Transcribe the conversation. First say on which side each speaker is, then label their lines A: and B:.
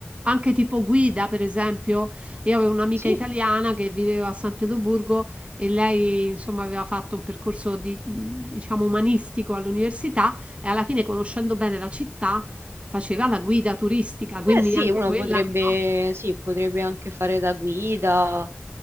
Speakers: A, on the right; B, on the right.
A: Anche tipo guida, per esempio, io avevo un'amica
B: Sì,
A: italiana che viveva a San Pietroburgo e lei, insomma, aveva fatto un percorso di, mh, diciamo, umanistico all'università e alla fine, conoscendo bene la città, faceva la guida turistica, quindi
B: eh sì,
A: anche
B: uno
A: quella,
B: potrebbe,
A: no?
B: sì, potrebbe anche fare da guida.